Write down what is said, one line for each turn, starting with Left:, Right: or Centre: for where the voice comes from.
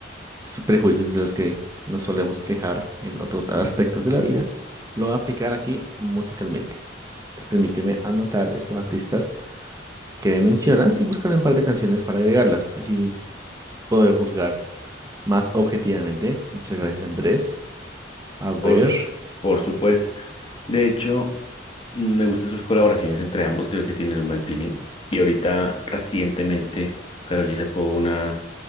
Right: esos prejuicios de los que nos solemos quejar en otros aspectos de la vida, lo voy a aplicar aquí musicalmente. Entonces, permíteme anotar estos artistas que me mencionas y buscar un par de canciones para agregarlas. Así puedo juzgar más objetivamente. Muchas gracias, Andrés. A ver,
Left: Por, por supuesto. De hecho, mm, me gustan sus colaboraciones entre ambos, creo que tienen un buen feeling. Y ahorita, recientemente, Karol G sacó una,